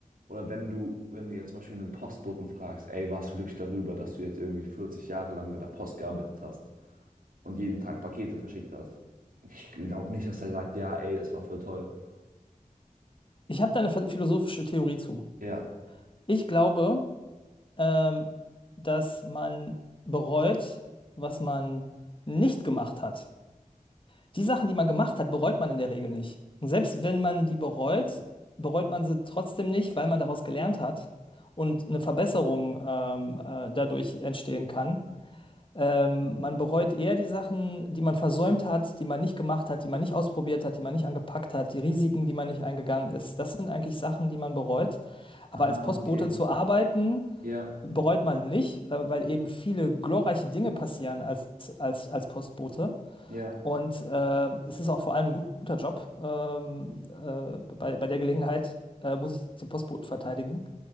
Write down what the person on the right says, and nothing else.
oder wenn du, wenn du jetzt zum Beispiel einen Postboten fragst, ey, warst du glücklich darüber, dass du jetzt irgendwie 40 Jahre lang bei der Post gearbeitet hast und jeden Tag Pakete verschickt hast? Ich glaube nicht, dass er sagt, ja, ey, das war voll toll.
Ja.
Ah,
okay.
Ja,
ja.